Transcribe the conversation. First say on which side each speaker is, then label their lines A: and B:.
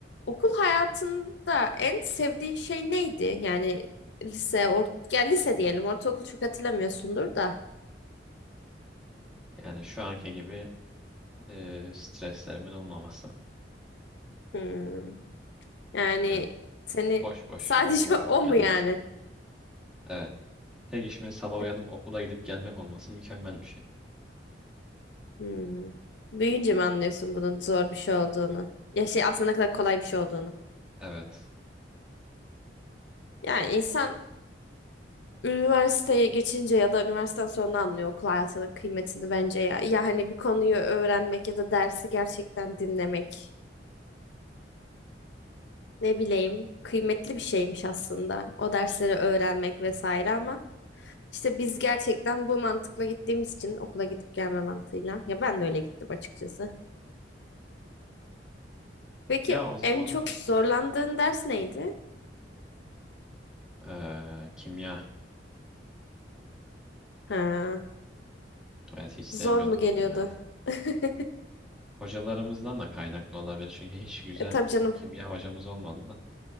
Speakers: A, on the left; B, in the centre.
A: Okul hayatında en sevdiğin şey neydi? Yani lise, or ya lise diyelim, ortaokul çok hatırlamıyorsundur da.
B: Yani şu anki gibi e, streslerimin olmaması.
A: Hmm. Yani
B: Evet,
A: seni
B: boş boş
A: sadece
B: okula
A: <laughs>
B: gidip
A: o
B: gelmek.
A: mu yani?
B: Evet. Tek işimin sabah
A: Tabii.
B: uyanıp okula gidip gelmek olması mükemmel bir şey.
A: Hmm. Büyüyünce mi anlıyorsun bunun zor bir şey olduğunu? Ya şey aslında
B: E,
A: ne kadar kolay bir şey olduğunu.
B: Evet.
A: Yani insan üniversiteye geçince ya da üniversiteden sonra anlıyor okul hayatının kıymetini bence ya. Ya hani bir konuyu öğrenmek ya da dersi gerçekten dinlemek. Ne bileyim, kıymetli bir şeymiş aslında o dersleri öğrenmek vesaire ama işte biz gerçekten bu mantıkla gittiğimiz için okula gidip gelme mantığıyla ya ben de öyle gittim açıkçası. Peki
B: Ya o zaman
A: en çok zorlandığın ders neydi?
B: e, kimya.
A: Ha,
B: Evet hiç sevmiyordum
A: zor mu geliyordu?
B: kimyayı.
A: <laughs>
B: Hocalarımızdan da kaynaklı olabilir. Çünkü hiç güzel
A: E, tabii canım.
B: kimya hocamız olmadı da.